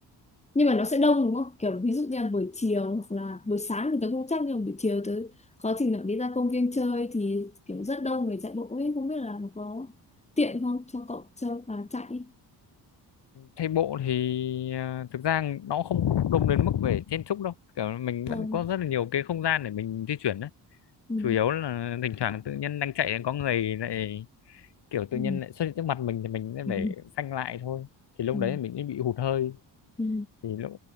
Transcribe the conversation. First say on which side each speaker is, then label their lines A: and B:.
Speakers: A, on the left; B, on the left.
A: nhưng mà nó sẽ đông đúng không kiểu ví dụ như là buổi chiều hoặc là buổi sáng thì tớ không chắc nhưng mà buổi chiều tớ có trình nào đi ra công viên chơi thì kiểu rất đông người chạy bộ ấy không biết là nó có tiện không cho cậu chơi và chạy ấy.
B: chạy bộ thì ờ, thực ra nó không đông đến mức về chen chúc đâu kiểu mình
A: ừ.
B: vẫn có rất là nhiều cái không gian để mình di chuyển đấy
A: Ừ.
B: chủ yếu là thỉnh thoảng tự nhiên đang chạy có người lại kiểu tự
A: Ừ.
B: nhiên lại xuất hiện trước mặt mình thì mình sẽ
A: Ừ.
B: phải phanh lại thôi thì lúc
A: Ừ.
B: đấy mình sẽ bị hụt hơi
A: Ừ.
B: thì lúc